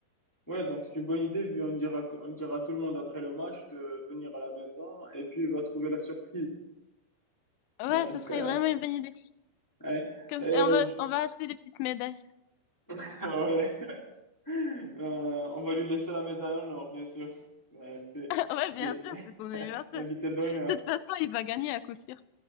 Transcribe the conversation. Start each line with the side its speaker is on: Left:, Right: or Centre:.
Centre: ouais, donc c'est une bonne idée, vu on dira, on dira à tout le monde après le match de venir à la maison et puis il va trouver la surprise.
Left: Ouais,
Centre: Donc,
Left: ce serait
Centre: euh,
Left: vraiment une bonne idée.
Centre: ouais.
Left: Comme-
Centre: Et
Left: et on va,
Centre: du-
Left: on va acheter des petites médailles.
Centre: <laughs> ouais. Euh, on va lui laisser la médaille en or, bien sûr. Ouais, c'est
Left: <laughs> Ouais, bien
Centre: les-
Left: sûr,
Centre: <laughs>
Left: c'est ton anniversaire.
Centre: l'invité d'honneur.
Left: De toute façon, il va gagner à coup sûr.